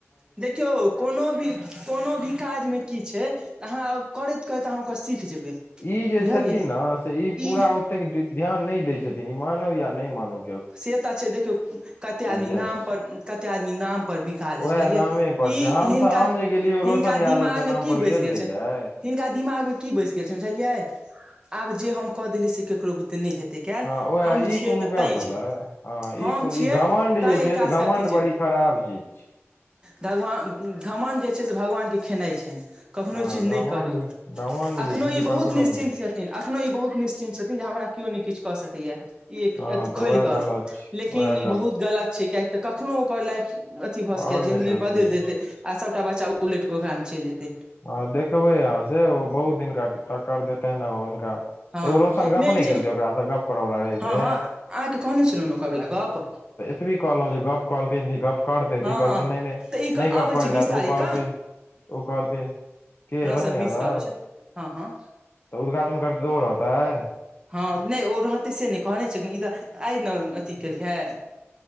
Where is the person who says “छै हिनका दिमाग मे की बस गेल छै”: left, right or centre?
Right